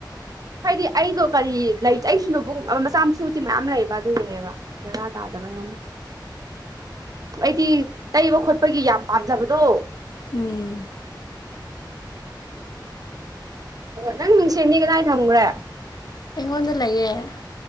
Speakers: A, on the right; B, on the left.
A: ꯍꯥꯏꯗꯤ ꯑꯩꯗꯣ ꯀꯔꯤ ꯂꯩꯇ ꯑꯩꯁꯨ ꯅꯨꯡ ꯃꯆꯥ ꯃꯁꯨꯗꯤꯤ ꯃꯌꯥꯝ ꯂꯩꯕ ꯑꯗꯨꯒꯤꯅꯦꯕ ꯔ ꯇꯥꯗꯕ ꯍꯟꯅ ꯑꯩꯗꯤ ꯇꯩꯕ ꯈꯣꯠꯄꯒꯤ ꯌꯥꯝ ꯄꯥꯝꯖꯕꯗꯣ
B: ꯎꯝ
A: ꯅꯪ ꯃꯤꯡꯁꯦꯟꯅꯤ ꯀꯗꯥꯏ ꯊꯝꯈ꯭ꯔꯦ
B: ꯑꯩꯉꯣꯟꯗ ꯂꯩꯌꯦꯦ